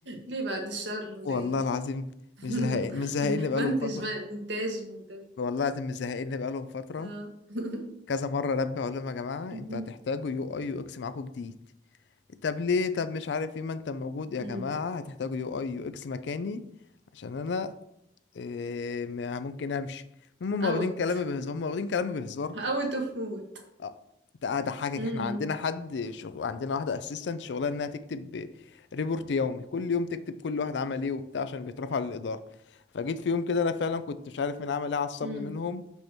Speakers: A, on the right (about 85°); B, on the left (about 80°).
A: ليه بعد الشر
B: <laughs>
A: ليه
B: والله العظيم
A: <laughs>
B: مش زهقان مش زهقان بقالهم
A: منتج
B: فتره
A: م- مونتاج مونتاج
B: والله العظيم مش زهقان بقالهم فتره
A: اه <laughs>
B: كذا مره ربي اقول لهم يا جماعه
A: مهم.
B: انتوا هتحتاجوا يو اي يو اكس معاكم جديد طب ليه طب مش عارف ايه ما انت موجود يا
A: مم.
B: جماعة هتحتاجوا يو اي يو اكس مكاني عشان انا إيه ما- ممكن امشي هم
A: اوت
B: واخدين كلامي بهزار هم واخدين كلامي بهزار
A: اوت اوف مود
B: اه ده اضحكك
A: مم.
B: احنا عندنا حد شغل عندنا واحدة اسيستنت شغلها انها تكتب ريبورت يومي كل يوم تكتب كل واحد عمل ايه وبتاع عشان بيترفع للإدارة فجيت في يوم كده انا فعلا كنت مش عارف مين عمل ايه عصبني
A: مم.
B: منهم